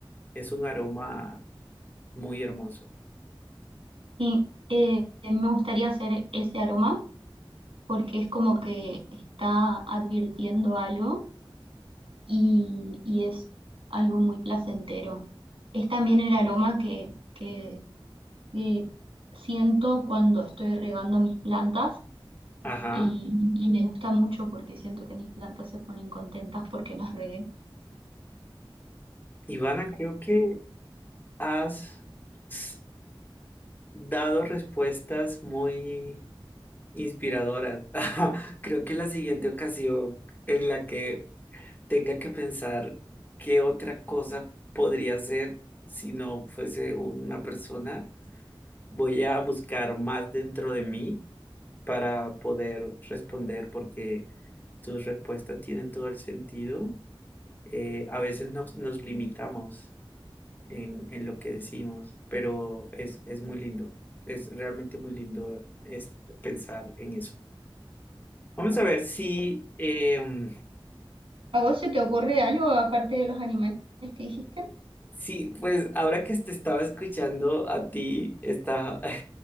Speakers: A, on the left; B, on the right.
A: es un aroma muy hermoso.
B: Sí, eh, me gustaría hacer ese aroma porque es como que está advirtiendo algo y, y es algo muy placentero. Es también el aroma que, que, que siento cuando estoy regando mis plantas
A: Ajá.
B: y, y me gusta mucho porque siento que mis plantas se ponen contentas porque las regué.
A: Ivana, creo que has s- dado respuestas muy inspiradoras. <laughs> Creo que la siguiente ocasión en la que tenga que pensar qué otra cosa podría ser si no fuese una persona, voy a buscar más dentro de mí para poder responder porque tus respuestas tienen todo el sentido. Eh, a veces nos, nos limitamos en, en lo que decimos, pero es, es muy lindo, es realmente muy lindo es pensar en eso. Vamos a ver si... em,
B: ¿A vos se te ocurre algo aparte de los animales que dijiste?
A: Sí, pues ahora que te estaba escuchando a ti, estaba,